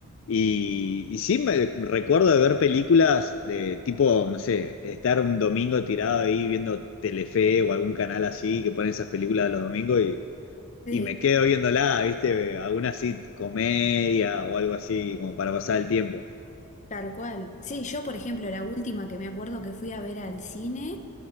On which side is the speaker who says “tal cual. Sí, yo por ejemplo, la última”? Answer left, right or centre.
Left